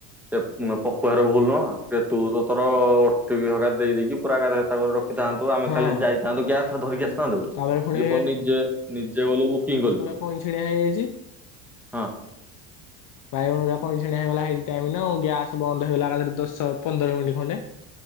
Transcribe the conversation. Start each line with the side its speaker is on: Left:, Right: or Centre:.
Centre: ସେ ପପୁ ହାର ଭୁଲ ନୁହଁ ଟ ତୁ ତ ତୋର ଓଟି ବି ହକା ଦେଇେଇକି ପୁରା ଗାଧରେ ତା କରି ରଖିଥାନ୍ତୁ। ତ ଆମେ
Left: ହଁ।
Centre: ଖାଲି ଯାଇଥାନ୍ତ ତ ଗ୍ୟାସ୍ ଟା ଧରିକି ଆସିଥାନ୍ତ
Left: ତାପରେ ପୁଣି
Centre: ଇଏ ପ ନିଜେ ନିଜେ ଗଲୁ ବୁକିଂ କଲୁ।
Left: କଇଁ ଛିଡିଆ ହେଇଯାଇଛି।
Centre: ହଁ।
Left: ବାଇଗଣ ଗୋରା କଇଛେଣିଆ ହେଗଲା ଟାଇଉ ଗ୍ୟାସ୍ ବନ୍ଦ ହେଇଗଲାରେ ଦଶ ପନ୍ଦର ମିନିଟ୍ ଖଣ୍ଡେ।